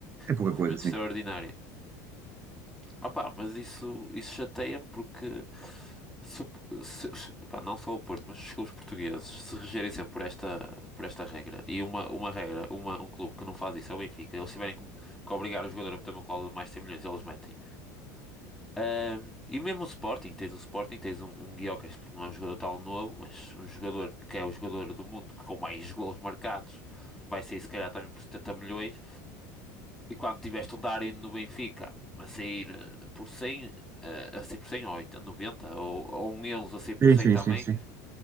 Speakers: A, on the right; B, in the centre.
A: é pouca
B: um movimento
A: coisa, sim.
B: extraordinário. Opa, mas isso, isso chateia-me porque Se, o- se- se- pá, não só o Porto, mas os clubes portugueses se regerem sempre por esta, por esta regra, e uma, uma regra, uma, um clube que não faz isso é o Benfica, eles tiverem que, que obrigar o jogador a meter uma cláusula de mais de 100 milhões, eles metem. Ahm, e mesmo o Sporting, tens o Sporting, tens um, um Gyökeres, porque não é um jogador tão novo, mas um jogador que é o jogador do mundo que com mais golos marcados vai sair se calhar também por 70 milhões. E quando tiveste um Darwin no Benfica a sair eh, por 100, eh, a sair por 100 ou 80, 90, ou, ou um Enzo a sair por
A: Sim,
B: 100
A: sim,
B: também,
A: sim, sim.